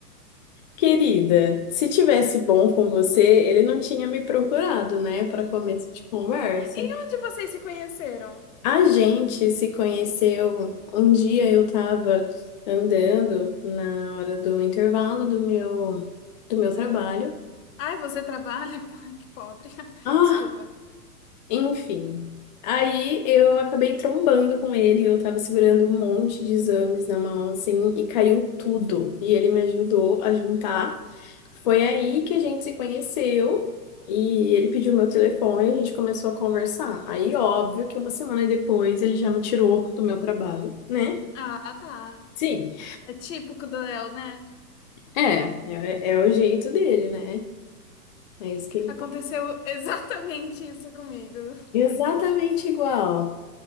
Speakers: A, on the left; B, on the left.
A: Querida, se tivesse bom com você, ele não tinha me procurado, né, para começo de conversa.
B: E onde vocês se conheceram?
A: A gente se conheceu um dia eu estava andando na hora do intervalo do meu do meu trabalho.
B: Ai, você trabalha? <laughs> Ai, que pobre. <laughs>
A: Ah,
B: Desculpa.
A: Enfim, aí eu acabei trombando com ele, eu tava segurando um monte de exames na mão, assim, e caiu tudo. E ele me ajudou a juntar. Foi aí que a gente se conheceu e ele pediu meu telefone e a gente começou a conversar. Aí, óbvio que uma semana depois ele já me tirou do meu trabalho, né?
B: Ah, tá.
A: Sim,
B: É típico do Léo, né?
A: é, é, é o jeito dele, né? É isso que ele
B: Aconteceu
A: faz.
B: <laughs> exatamente isso comigo.
A: Exatamente igual.